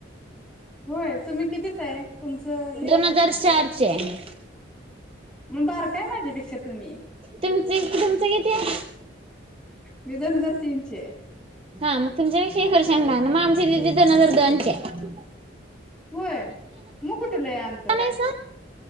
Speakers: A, in the centre; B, on the right.
A: होय तुम्ही कितीच हाय तुमचं हे
B: दोन हजार चारं ची हाय मी
A: बारका हाय माझ्यापेक्षा तुम्ही
B: तुमच तुमचं किती हाय
A: मी दोन हजार तेंची ये
B: हा मग तुमच्या पेक्षा एक वर्षानी लहान म आमची दिदी दोन हजार दोनची हाय
A: होय मग कु ठं लई अंतर
B: नाहीसा?
A: हाय